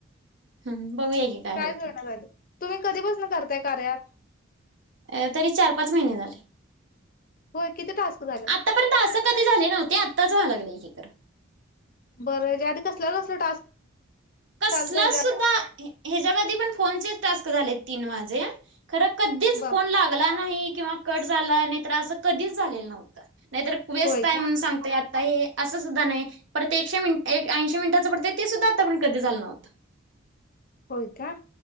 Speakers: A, on the right (about 70°); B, on the left (about 45°).
A: हम्म बघूया की काय
B: कायच
A: होतंय
B: होईना
A: ते.
B: झाले तुम्ही कधीपासून करताय कार्या अँप
A: अ तरी चार पाच महिने झाले
B: होय किती टास्क झालेत
A: आतापर्यंत असं कधी झाले नव्हते आताच व्हायला लागलं हे तर
B: बरं त्या आधी कसला -कसला टास्क?
A: कसला
B: चालतं ह्याच्या
A: सुद्धा ह्याच्या आधी पण फोनचेच टास्क झाले तीन माझे खरं कधीच
B: बर
A: फोन लागला नाही किव्हा कट झाला नाही असं कधीच झालेलं नव्हत नाहीतर व्यस्त
B: होय
A: आहे
B: का
A: म्हणून सांगतात असं सुद्धा नाही परत एकशे मिनिटा च एक ऐंशे मिनटचं पडतय ते सुद्धा आताण कधी झालं नव्हतं
B: होय का?